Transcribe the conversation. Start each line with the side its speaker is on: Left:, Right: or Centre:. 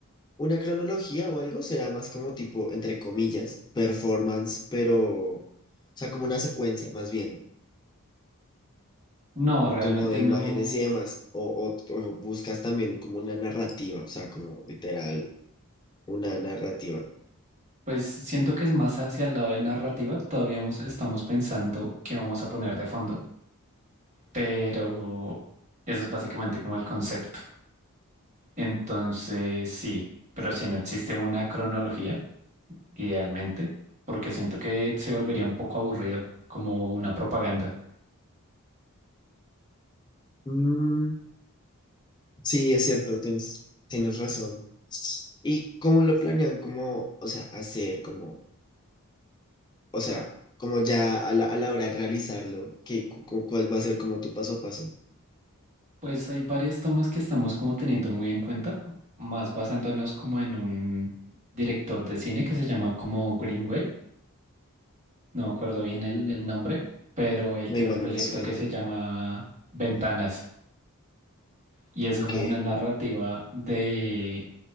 Left: una cronología o algo, será más como tipo, entre comillas, performance, pero. O sea, como una secuencia, más bien.
Right: No, realmente
Left: como de
Right: no.
Left: imágenes y demás, o, o, o buscas también como una narrativa, o sea, como literal, una narrativa.
Right: Pues siento que es más hacia el lado de la narrativa. Todavía hemos- estamos pensando qué vamos a poner de fondo, pero eso es básicamente como el concepto. Entonces sí, pero si no existe una cronología. idealmente, porque siento que se volvería un poco aburrido, como una propaganda.
Left: Mm, sí, es cierto, tienes, tienes razón. ¿Y cómo lo planean? ¿Cómo, o sea, hacer, como, o sea, como ya a la, a la hora de realizarlo, ¿qué, cu- cu- cuál va a ser como tu paso a paso?
Right: Pues hay varias tomas que estamos como teniendo muy en cuenta, más basándonos como en un director de cine que se llama como Greenway, no me acuerdo bien el,
Left: Mm,
Right: el nombre, pero él
Left: No,
Right: tiene
Left: igual
Right: un proyecto
Left: no me suena.
Right: que se llama Ventanas y es
Left: Ok.
Right: como una narrativa de